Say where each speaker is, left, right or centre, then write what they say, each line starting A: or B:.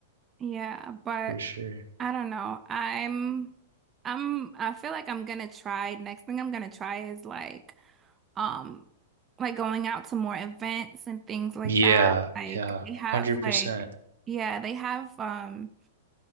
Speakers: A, on the right; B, on the right.
A: Yeah, but
B: for sure.
A: I don't know. I'm I'm I feel like I'm gonna try. Next thing I'm gonna try is like um like going out to more events and things like
B: Yeah,
A: that. Like
B: yeah,
A: they
B: 100%.
A: have like yeah, they have um